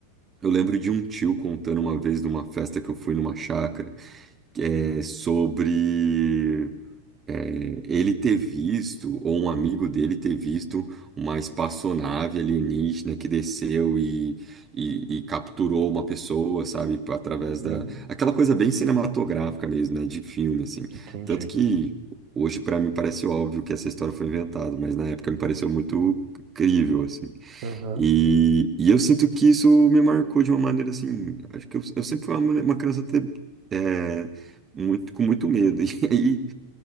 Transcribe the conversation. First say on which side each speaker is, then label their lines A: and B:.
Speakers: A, on the right (about 20°); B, on the right (about 45°).
A: eu lembro de um tio contando uma vez de uma festa que eu fui numa chácara, que é sobre é, ele ter visto, ou um amigo dele ter visto, uma espaçonave alienígena que desceu e, e, e capturou uma pessoa, sabe, através
B: uhum.
A: da. Aquela coisa bem cinematográfica mesmo, né, de filme, assim.
B: Entendi.
A: Tanto que. Hoje, para mim, parece óbvio que essa história foi inventada, mas na época me pareceu muito crível, assim.
B: Uhum,
A: E, e eu sinto que isso me marcou de uma maneira assim. Acho que eu, eu sempre fui uma, mulher- uma criança te- é, muito, com muito medo. <laughs> E aí,